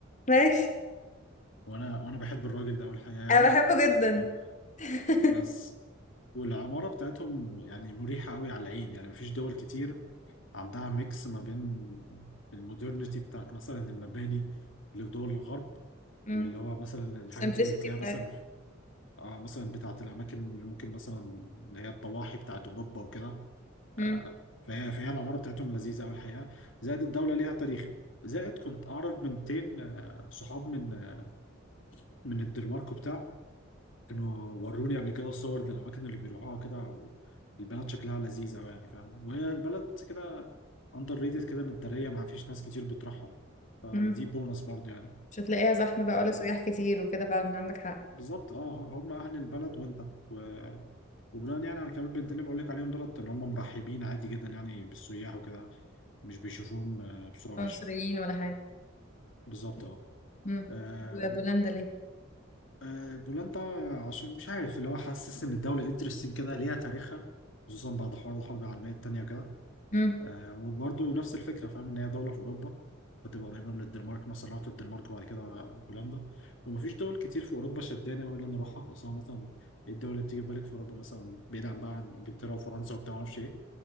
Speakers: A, on the left; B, on the left.
A: ماشي
B: وانا وانا بحب الراجل ده اول حاجه يعني
A: انا بحبه جدا
B: أوه.
A: <laughs>
B: بس والعمارة بتاعتهم يعني مريحة قوي على العين يعني مفيش دول كتير عندها ميكس ما بين المودرنيتي بتاعت مثلا المباني اللي في دول الغرب
A: امم
B: واللي هو مثلا الحاجات
A: السمبlicity
B: اللي بتلاقيها
A: بتاعتها
B: مثلا في- آه مثلا بتاعت الأماكن اللي ممكن مثلا اللي هي الضواحي بتاعت أوروبا وكده
A: امم
B: آه فهي فهي العمارة بتاعتهم لذيذة أوي الحقيقة زائد الدولة ليها تاريخ زائد كنت أعرف بنتين آه صحاب من آه من الدنمارك وبتاع كانوا وروني قبل كده الصور دي الأماكن اللي بيروحوها كده البلد شكلها لذيذ أوي يعني فاهم وهي البلد كده أندر ريتد كده متدارية ما فيش ناس كتير بتروحها فدي
A: امم
B: بونص برضه يعني
A: مش هتلاقيها زحمه بقى
B: آه
A: ولا سياح كتير وكده فعلا عندك حق
B: بالظبط اه هم أهل البلد وأنت و... وبناء يعني على كلام البنتين اللي بقول لك عليهم دولت إن هم مرحبين عادي جدا يعني بالسياح وكده مش بيشوفوهم آه، بصورة
A: ولا
B: وحشة
A: مصريين ولا حاجه
B: بالظبط اه
A: امم
B: آه،
A: وبولندا ليه
B: آه، بولندا عشان مش عارف اللي هو حاسس ان الدوله انترستنج كده ليها تاريخها خصوصا بعد حوار الحرب العالميه التانيه وكده
A: امم
B: آه، وبرضه نفس الفكره فاهم ان هي دوله في اوروبا فتبقى قريبه من الدنمارك مثلا لو رحت الدنمارك وبعد كده بولندا ومفيش دول كتير في اوروبا شداني قوي ان انا اروحها اصلا مثلا الدول اللي بتيجي في بالك في اوروبا مثلا بعيد عن بقى عن انجلترا وفرنسا وبتاع ما اعرفش ايه